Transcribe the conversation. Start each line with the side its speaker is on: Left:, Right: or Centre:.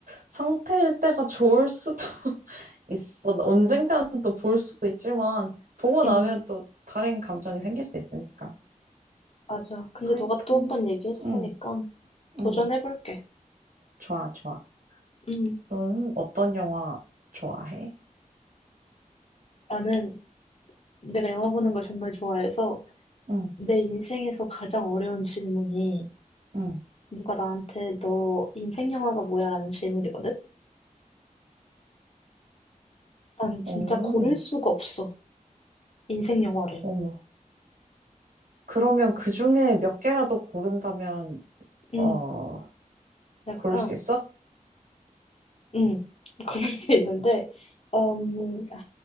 Right: 상태일 때가 좋을 수도 <laughs> 있어. 언젠가는 또 볼 수도 있지만 보고 나면
Left: 응,
Right: 또 다른 감정이 생길 수 있으니까.
Left: 맞아. 근데
Right: 타이타닉.
Left: 너가 또 한 번 얘기했으니까
Right: 응,
Left: 도전해볼게.
Right: 응. 좋아, 좋아.
Left: 응.
Right: 너는 어떤 영화 좋아해?
Left: 나는 내가 영화 보는 걸 정말 좋아해서
Right: 응,
Left: 내 인생에서 가장 어려운 질문이
Right: 응.
Left: 누가 나한테 너 인생 영화가 뭐야? 라는 질문이거든? 나는
Right: 오,
Left: 진짜 고를 수가 없어. 인생 영화를.
Right: 어머. 그러면 그 중에 몇 개라도 고른다면
Left: 음,
Right: 어,
Left: 약간,
Right: 고를 수 있어?
Left: 음, <laughs> 그럴 수 있는데, 음, 아,